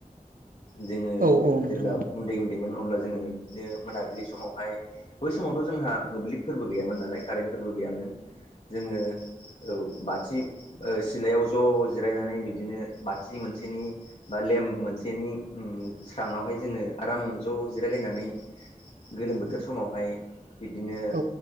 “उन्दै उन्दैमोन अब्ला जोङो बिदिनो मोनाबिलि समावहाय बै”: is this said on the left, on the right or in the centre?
Left